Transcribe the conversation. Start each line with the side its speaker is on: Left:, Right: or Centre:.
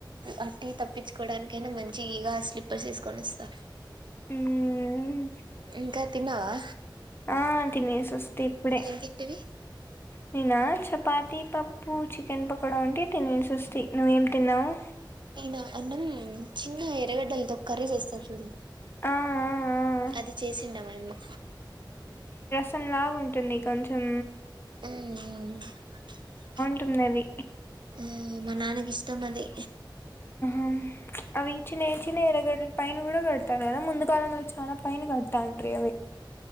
Right: అ టి తప్పించుకోవడానికైనా మంచి ఇగ స్లిప్పర్స్ వేసుకొని వస్తా
Left: మ్మ్
Right: ఇంకా తిన్నావా
Left: ఆ తినేసి వస్తీ ఇప్పుడే
Right: ఏం తింటివి
Left: నేనా చపాతి పప్పు చికెన్ పకోడా ఉంటే తినేసి వస్తి నువ్వేం తిన్నావు
Right: నేనా అన్నం చిన్న ఎర్రగడ్డలతో కర్రీ చేేస్తారు చూడు
Left: ఆ ఆ ఆ
Right: అది చేసిండ మైమ
Left: కొంచెం లావు ఉంటుంది కొంచెం
Right: ఉ ఉ ఉ
Left: టున్నది
Right: ఉ మా నాన్నకి ఇష్టం అది
Left: ఉ అవి చిన్న చిన్న ఎర్రగడ్డల్ పైన కూడా కడతారు కదా ముందు కాలంలో చాలా పైన కడతాంట్రీ అవి